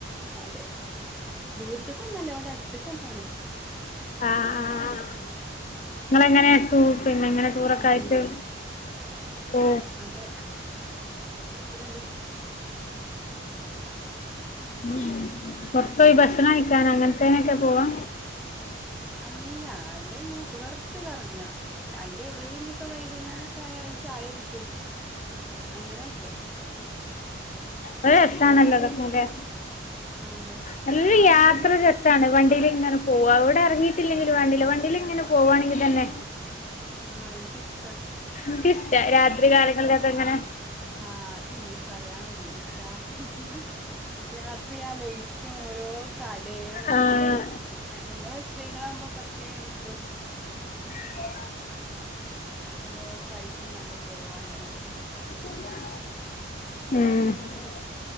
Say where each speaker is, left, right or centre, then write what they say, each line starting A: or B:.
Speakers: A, in the centre; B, on the left.
A: അതെ ദൂരത്ത്ക്കൊന്നല്ല ഇവട അട്ത്ക്കന്നേണ്
B: ആഹ് ആഹ് ഇങ്ങളെങ്ങനെട്ടു പിന്നെങ്ങനെ ടൂറക്കായിട്ട്
A: ഇരിക്കുമ്പഴേ
B: ഓ
A: അത് പിന്നൊരു
B: ഉം പൊർത്തോയി ഭക്ഷണം കഴിക്കാനാ അങ്ങൻത്തേനൊക്കെ പോവാ
A: അല്ല അവിടെങ്ങനെ വെർതെ കറങ്ങ അയിന്റെ ഇടേല്ഞ് ഇപ്പം വൈകുന്നേരൊക്കായ ഒരു ചായകുടിക്കും അങ്ങനെയൊക്കെ
B: ഒരു രസാണല്ലോ
A: അല്ലാതെ
B: അതൊക്കെല്ലെ
A: ആ അതെ
B: നല്ലരു
A: കൂടുതല്
B: യാത്ര ര സാണ് വണ്ടീലിങ്ങനെ പോവാ എവിടെഇറങ്ങിട്ടില്ലെങ്കിൽ വേണ്ടില്ല വണ്ടീലിങ്ങനെ പോവാണെങ്കിതന്നെ
A: ആഹ് ഇൻക്ക് ഇഷ്
B: ഇൻക്കിഷ്ടാ രാത്രി കാലങ്ങളിലൊക്കെ ഇങ്ങനെ
A: ആഹ് അതന്നെ പറയാൻവരേനി രാത്രി രാത്രി ആ ലൈറ്റും ഓരോകടയും
B: ആഹ്
A: ഏ നമ്മള് സ്ത്രീകളാകുമ്പോ പ്രത്യേകഇന്റ്റസ്റ്റ്
B: പിന്നെയോ
A: ഒരോ കാഴ്ച്ചിം കണ്ട് പോവാൻ നല്ലരസാ
B: മ്മ്